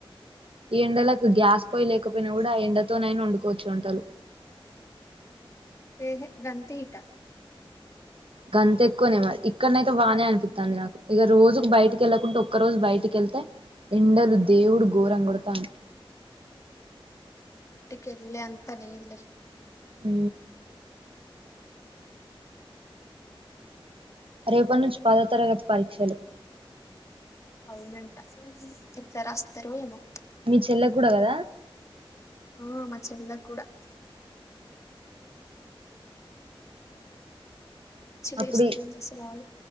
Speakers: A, on the right (about 70°); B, on the left (about 30°).
A: ఈ ఎండలకు గ్యాస్ పోయి లేకపోయినా కూడా ఆ ఎండతోనైనా వండుకోవచ్చు వంటలు
B: ఏహే గంత ఇట
A: గంత ఎక్కువనే మరి ఇక్కనైతే బానే అనిపిత్తంది. నాకు ఇగా రోజుకు బయటికి ఏళ్ళకుండా ఒక్క రోజు బయటికి వెళ్తే ఎండలు దేవుడు ఘోరంగా కొడతండు
B: కెల్లె అంత లేదులే
A: హ్ రేపటి నుంచి పాదో తరగతి పరీక్షలు
B: అవునంట ఎట్ల రాస్తారో ఏమో
A: మీ చెల్లెకు కూడా కదా
B: ఆ మ చెల్ల కు కూడా పిచ్చి
A: అప్పుడు
B: లేస్తుంది
A: ఇ
B: అసలు ఆలో